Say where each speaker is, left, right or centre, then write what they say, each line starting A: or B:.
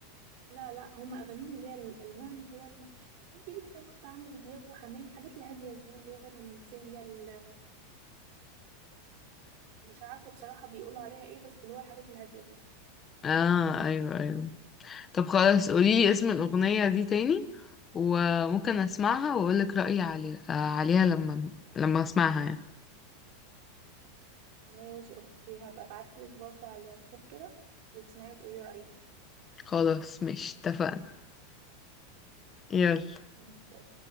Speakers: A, on the right; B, on the left.
A: لا لا هم اغانيهم اللي هي ال- النوع اللي هو ال- الجديد ده اللي هو بتاع عمرو دياب وحماية الحاجات الهاديه دي اللي هي الرومانسيه اللي مش عارفه بصراحه بيقولوا عليها ايه بس اللي هو الحاجات الهاديه دي
B: اه ايوه ايوه طب خلاص قوليلي اسم الاغنية دي تاني وممكن اسمعها واقولك رأيي عليها آه، عليها لما لما اسمعها يعني
A: ماشي اوكي هبقى ابعت لك برضو على الواتساب كده وتسمعي تقولي رايك
B: خلاص مش اتفقنا يلا
A: ماشي